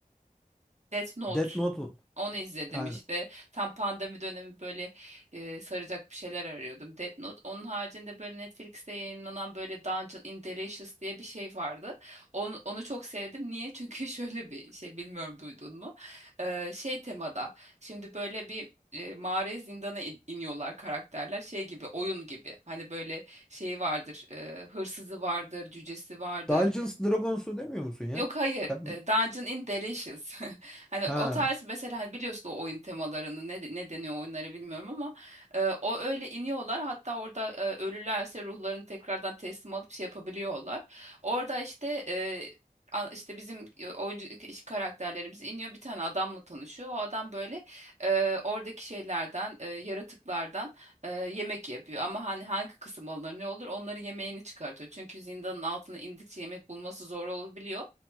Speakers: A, on the right; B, in the centre.
A: Death Note.
B: Death Note mu?
A: Onu izledim
B: yani
A: işte. Tam pandemi dönemi böyle e, saracak bir şeyler arıyordum. Death Note. Onun haricinde böyle Netflix'te yayınlanan böyle Dungeon in Delicious diye bir şey vardı. Onu, onu çok sevdim. Niye? <laughs> Çünkü şöyle bir şey bilmiyorum duydun mu? Ee, şey temada. Şimdi böyle bir e, mağaraya zindana in- iniyorlar karakterler. Şey gibi oyun gibi. Hani böyle şey vardır. e, hırsızı vardır, cücesi vardır.
B: Dungeons Dragons'u demiyor musun ya?
A: Yok hayır.
B: Ben
A: E, Dungeon in Delicious. <laughs> Hani
B: ha
A: o tarz mesela hani biliyorsun o oyun temalarını ne, ne deniyor o oyunlara bilmiyorum ama e, o öyle iniyorlar. Hatta orada e, ölürlerse ruhlarını tekrardan teslim alıp şey yapabiliyorlar. Orada işte e, a- işte bizim oyuncu karakterlerimiz iniyor bir tane adamla tanışıyor. O adam böyle e, oradaki şeylerden e, yaratıklardan e, yemek yapıyor. Ama hani hangi kısım alınır ne olur onların yemeğini çıkartıyor. Çünkü zindanın altına indikçe yemek bulması zor olabiliyor.